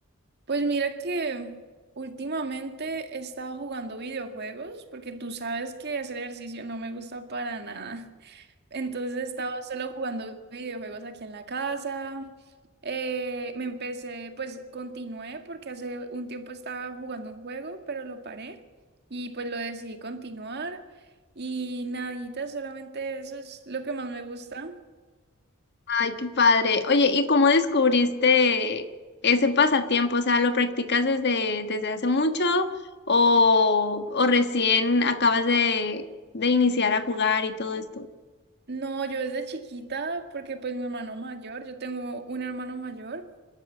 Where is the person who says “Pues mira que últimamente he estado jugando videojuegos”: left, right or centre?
Right